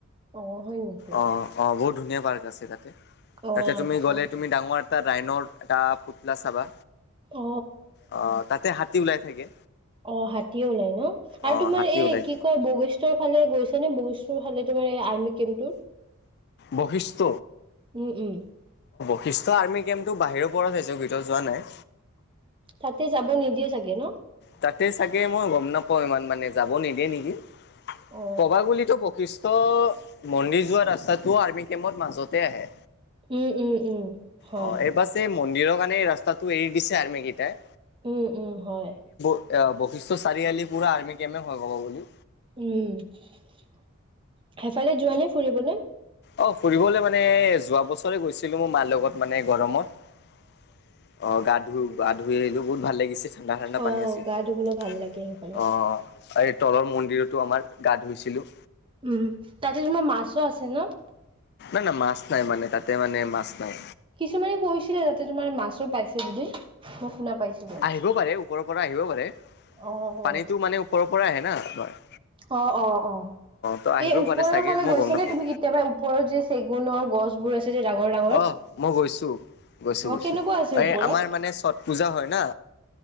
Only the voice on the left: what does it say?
অঁ অঁ বহুত ধুনীয়া পাৰ্ক আছে তাতে
তাতে তুমি
গ'লে তুমি ডাঙৰ এটা ৰাইনৰ এটা পুতলা চাবা।
অ তাতে হাতী ওলাই থাকে
অঁ
হাতী
ওলাই
বশিষ্ট
বশিষ্ট আৰ্মি কেম্পটো বাহিৰ পৰা চাইছো ভিতৰত যোৱা নাই
তাতে চাগে মই গম নাপাওঁ ইমান মানে যাব নিদিয়ে নেকি
কবাগুলিতো বশিষ্ট ত' মন্দিৰ যোৱা ৰাস্তাটো আৰ্মি কেম্পৰ মাজতে আহে
অ এইবাৰ এই মন্দিৰৰ কাৰণে এই ৰাস্তাটো এৰি দিছে আৰ্মি কেইটাই
অ বশিষ্ট চাৰিআলি পুৰা আৰ্মি কেমে হয় ক'ব গলে
অ ফুৰিবলৈ মানে যোৱা বছৰে গৈছিলো মোৰ মাৰ লগত মানে গৰমত অ গা ধো গা ধুই আহিলো বহুত ভাল লাগি ঠাণ্ডা ঠাণ্ডা পানী
আছে অ
আৰু এই তলৰ মন্দিৰততো আমাৰ গা ধুইছিলো
ন নাই মাছ নাই মানে তাতে মানে মাছ নাই
আহিব পাৰে ওপৰৰ পৰা আহিব পাৰে
পানীতো মানে ওপৰৰ পৰা আহে না আমাৰ
ত আহিব
পাৰে চাগে
মই
গম নাপাওঁ
অ মই গৈছো গৈছো
গৈছো
এই
আমাৰ মানে চত পূজা হয় না